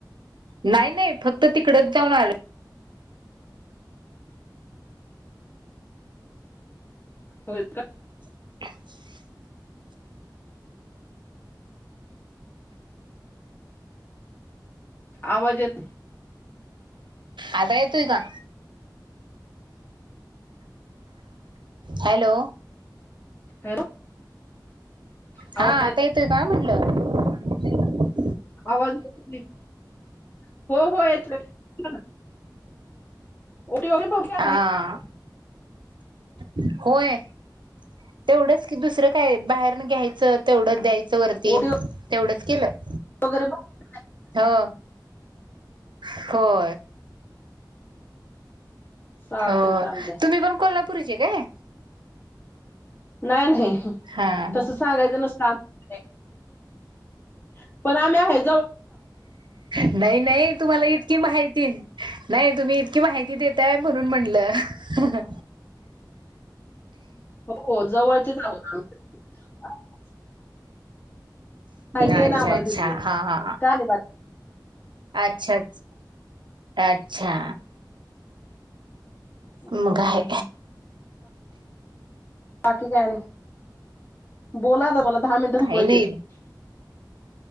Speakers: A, on the right (about 90°); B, on the left (about 30°).
A: नाही नाही फक्त तिकडच जाऊन आलोय
B: होय का
A: <inaudible>
B: आवाज येत
A: आता येतोय का हॅलो
B: हॅलो आवा-
A: हा आता येतोय का म्हटलं <inaudible>
B: आवाज <inaudible> हो हो येतोय <inaudible> <inaudible>
A: हा
B: <inaudible>
A: <inaudible> होय तेवढंच की दुसरं काय बाहेरन घ्यायचं तेवढंच द्यायचं वरती
B: ओटी
A: तेवढंच केलं
B: <inaudible>
A: हो होय
B: चालतंय
A: हो
B: चालतंय
A: तुम्ही पण कोल्हापूर पुरचे काय
B: नाही नाही
A: हा
B: तसं सांगायचं नसत <inaudible> <inaudible> पण आम्ही आहेत
A: नाही नाही तुम्हाला इतकी माहिती नाही तुम्ही कि माहिती देतय म्हणून म्हटलं ह
B: हो हो जवळचेच आहोत <inaudible> माहिती आहे
A: अच्छा
B: ना आम्हाला
A: अच्छा
B: तिथलंच
A: हा हा
B: काय नाही बाकी
A: अच्छाच्छ अच्छा
B: हम्म
A: मग आहे
B: बाकी कायआणि बोला आता मला दहा मिनिट संपवायची
A: काही नाही
B: आहेत